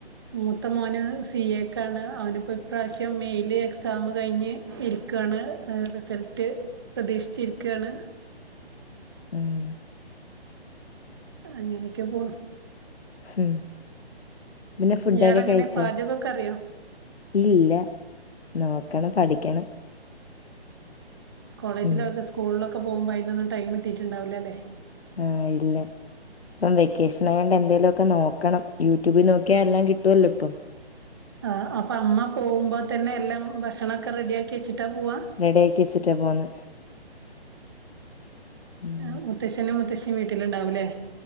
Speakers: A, on the right (about 25°); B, on the left (about 70°).
A: മൂത്ത മോന് സി എ ക്കാണ് അവനിപ്പം ഇപ്രാശ്യം മെയ്ൽ എക്സാം കഴിഞ്ഞ് ഇരിക്കാണ് റിസൾട്ട് പ്രതീക്ഷിച്ചിരിക്കാണ്
B: ഏഹ്
A: അങ്ങനെക്കെ പോണു
B: ഉം പിന്നെ ഫുഡൊക്കെ
A: ഇയാളെങ്ങനെ
B: കഴിച്ച
A: പാചകൊക്കെ അറിയോ
B: ഇല്ല നോക്കണം പഠിക്കണം
A: കോളേജിലൊക്കെ
B: ഉം
A: സ്കൂളിലൊക്കെ പോവുമ്പ അയിനൊന്നും ടൈം കിട്ടീട്ടുണ്ടാവില്ലല്ലേ
B: ആഹ് ഇല്ല ഇപ്പം വെക്കേഷനായോണ്ട് എന്തേലൊക്കെ നോക്കണം യൂട്യൂബി നോക്കി ക്ക്യ എല്ലാം കിട്ടുവല്ലോ ഇപ്പം
A: ആഹ് അപ്പം അമ്മ പോകുമ്പ തന്നെ എല്ലാം ഭക്ഷണൊക്കെ റെഡിയാക്കി വെച്ചിട്ടാ പോവാ
B: റെഡിയാക്കി വെച്ചിട്ട പോവ്ന്നെ ഉം
A: ആഹ് മുത്തശ്ശനും മുത്തശ്ശിം വീട്ടിലുണ്ടാവൂലേ